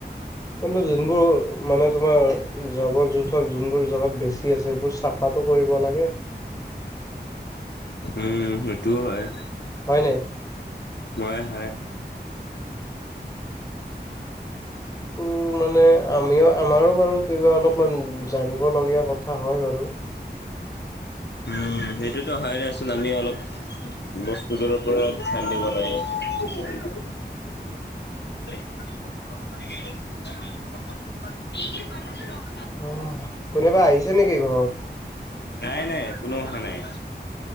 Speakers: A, on the left (about 20°); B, on the left (about 75°).
A: কিন্তু যোনবোৰ মানে তোমাৰ জাৱৰ জোথৰ যোনবোৰ জাগাত বেছি আছে, সেইবোৰ চাফাটো কৰিব লাগে।
B: উম, সেইটোও হয়।
A: হয় নাই?
B: মই, হয়।
A: উ। মানে আমিও আমাৰো বাৰু কিবা অলপমান জানিব লগগীয়া কথা হয় বাৰু।
B: উম, সেইটোতো হয় নচোন। আমি অলপ, বস্তুটোৰ ওপৰত ধ্যান দিব লাগে। হয়।
A: <unintelligible>
B: <unintelligible>
A: অ', কোনোবা আহিছে নেকি ঘৰত?
B: নাই নাই কোনো অহা নাই।